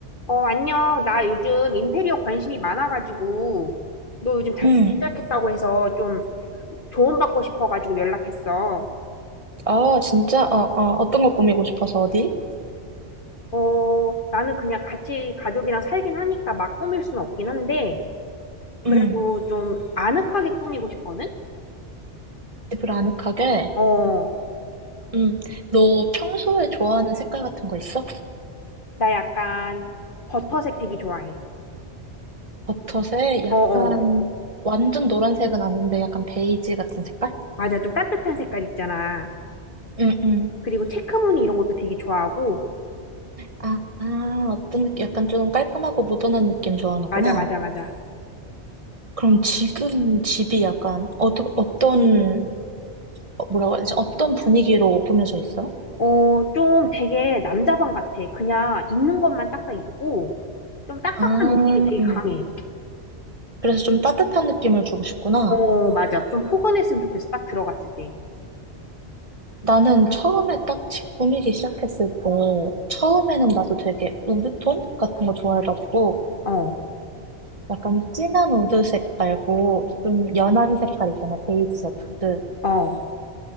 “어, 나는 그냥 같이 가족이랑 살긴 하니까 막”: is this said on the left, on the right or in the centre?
Left